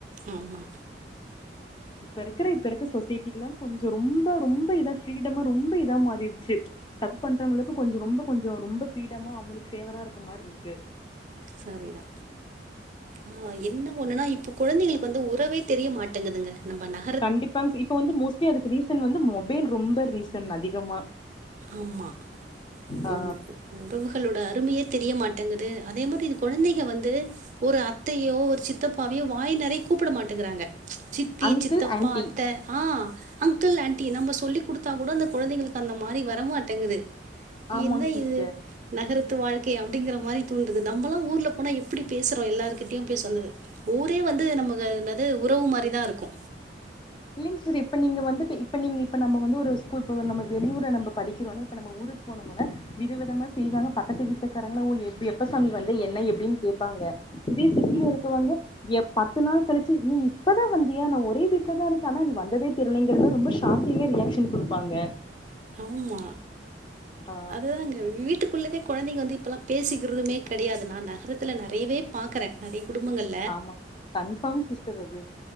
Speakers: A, on the right; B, on the left.
A: ஆம்மா.
B: இப்ப இருக்கற இப்ப இருக்க சொசைட்டி எல்லா கொஞ்சொ ரொம்ப ரொம்ப இதா ஃப்ரீடமா ரொம்ப இதா மாறிர்ச்சு. தப்பு பண்றவங்களுக்கு கொஞ்சொ ரொம்ப கொஞ்சொ ரொம்ப ஃப்ரீடமா அவங்களுக்கு ஃபேவரா இருக்க மார்ருக்கு
A: சரிதா ஆனா என்ன ஒண்ணுன்னா இப்ப குழந்தைகளுக்கு வந்து உறவே தெரிய மாட்டேங்குதுங்க நம்ப ந
B: கண்டிப்பாங் இப்ப வந்து மோஸ்ட்லி அதுக்கு ரீசன் வந்து மொபைல் ரொம்ப ரீசன் அதிகமா
A: ஆமா அது
B: ஆ
A: உறவுகளோட அருமையே தெரிய மாட்டேங்குது அதே மாதிரி இது குழந்தைங்க வந்து ஒரு அத்தையோ ஒரு சித்தப்பாவையோ வாய் நெறைய கூப்புட மாட்டேங்கிறாங்க சித்தி
B: அங்கிள்
A: சித்தப்பா
B: ஆன்ட்டி
A: அத்தை ஆ அங்கிள் ஆண்டி நம்ம சொல்லி் கொடுத்தா கூட அந்த குழந்தைகளுக்கு அந்த மாதிரி வரமாட்டேங்குது
B: ஆமாங்
A: என்ன
B: சிஸ்டர்
A: இது நகரத்து வாழ்க்கை அப்படிங்கிற மாதிரி தூண்டுது நமலா ஊர்ல போனால் எப்படி பேசுறோ எல்லாருகிட்டயு போய் சொல்லுவே ஊரே வந்து நமக்கு அதென்னாது உறவு மாரிதா இருக்கு
B: இல்லைங் சார் இப்ப நீங்க வந்துட்டு இப்போ நீங்கள் இப்போ நம்ம வந்து ஸ்கூல் போனு வந்து நம்ம வெளியூர்ல நம்ம படிக்கிறோன்னு இப்போ நம்ம ஊருக்கு போனும்னா வித விதமா செய்வாங்க பக்கத்து வீட்டுக்காரங்கள வந்து எப்பசாமி வந்த என்ன எப்படின்னு கேபாங்க இதே சிட்டியில இருக்கவாங்க ஏ பத்து நாள் கழிச்சு நீ இப்பதா வந்தியா நா ஒரே வீட்டுல தா இரு ஆனா அது வந்ததே தெரியலைங்கிறது ரொம்ப ஷாக்கிங்கா ரியாக்க்ஷன் கொடுப்பாங்க
A: ஆமா
B: ஆ
A: அதுதாங்க வீட்டுகுள்ளதே குழந்தைங்க வந்து இப்பல்லா பேசிக்கிறதுமே கிடையாது நா நகரத்துல நிறையவே பாகுறேன் நெறைய குடும்பங்கள்
B: ஆமா கன்ஃபார்ம் சிஸ்டர் அது